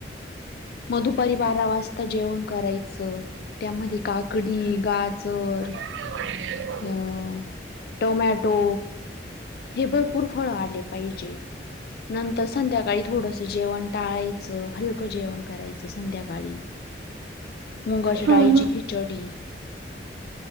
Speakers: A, on the left (about 55°); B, on the right (about 75°).
A: मग दुपारी बारा वाजता जेवण करायचं त्यामध्ये काकडी, गाजर
B: ह <inaudible>
A: अ टोमॅटो, हे भरपूर फळ आले पाहिजे. नंतर संध्याकाळी थोडस जेवण टाळायचं. हलकं जेवण करायचं. <unintelligible> संध्याकाळी मुगाच्या
B: हम्म, हम्म,
A: डाळीची
B: हम्म,
A: खि चडी